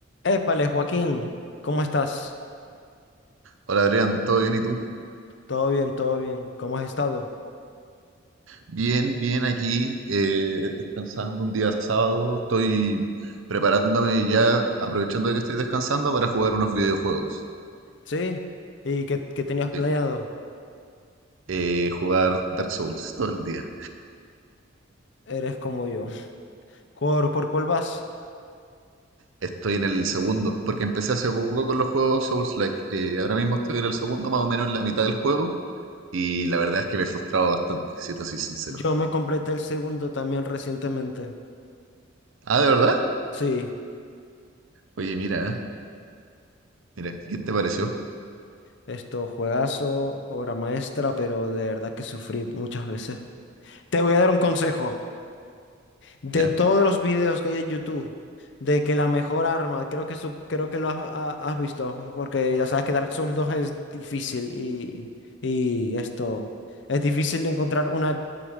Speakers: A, on the left; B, on the right.
A: Épale, Joaquín, ¿cómo estás?
B: Hola Adrián, ¿todo bien y tú?
A: Todo bien, todo bien. ¿Cómo has estado?
B: Bien, bien aquí, eh, descansando un día sábado, estoy preparándome ya, aprovechando que estoy descansando para jugar unos videojuegos.
A: ¿Sí? ¿Y qué, qué tenías planeado?
B: Sí. Eh, jugar Dark Souls todo el día.
A: Eres como yo. <laughs> ¿Por, por cuál vas?
B: Estoy en el segundo, porque empecé hace poco con los juegos Souls-like. eh, ahora mismo estoy en el segundo, más o menos en la mitad del juego, y la verdad es que me he frustrado bastante, si te soy sincero.
A: Yo me completé el segundo también recientemente.
B: Ah, ¿de verdad?
A: Sí,
B: Oye, mira, ¿eh? Mira, ¿y ¿qué te pareció?
A: esto, juegazo, obra maestra, pero de verdad que sufrí muchas veces. Te voy a dar un consejo. De
B: Ya,
A: todos los videos que hay en YouTube, de que la mejor arma, creo que, su- creo que lo has, ha- has visto, porque ya sabes que Dark Souls dos es difícil y, y esto, es difícil encontrar una,